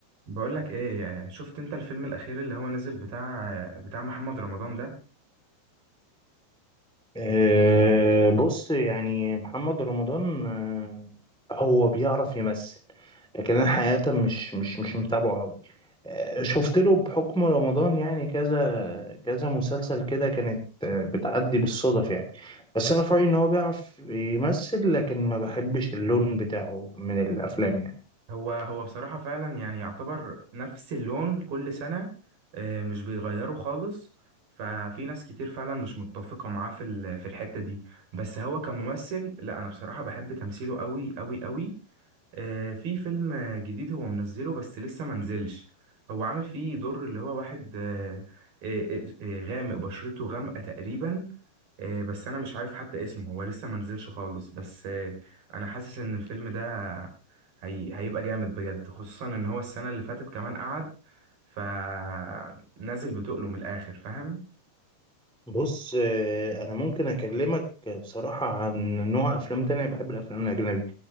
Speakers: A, on the right; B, in the centre.
A: بقولك ايه يعني شفت انت الفيلم الاخير اللي هو نزل بتاع بتاع محمد رمضان ده
B: أه بص يعني محمد رمضان أه هو بيعرف يمثل لكن انا حقيقة مش مش مش متابعه قوي أه شفت له بحكم رمضان يعني كذا كذا مسلسل كده كانت أه بتعدي بالصدف يعني بس انا في رأيي ان هو بيعرف يمثل لكن ما بحبش اللون بتاعه من الافلام يعني
A: هو هو بصراحة فعلا يعني يعتبر نفس اللون كل سنة آه، مش بيغيره خالص ففي ناس كتير فعلا مش متفقة معاه في ال- في الحتة دي بس هو كممثل لا انا بصراحة بحب تمثيله قوي قوي قوي آه، في فيلم آه، جديد هو منزله بس لسه منزلش هو عامل فيه دور اللي هو واحد آه، آه، آه، آه، غامق بشرته غامقة تقريبا آه، بس أنا مش عارف حتى اسمه هو لسه منزلش خالص بس آه، أنا حاسس إن الفيلم ده هي... هيبقى جامد بجد خصوصا إن هو السنة اللي فاتت كمان قعد فنزل بتقله من الآخر فاهم
B: بص أه انا ممكن اكلمك بصراحة عن نوع افلام تانية بحب الافلام الاجنبي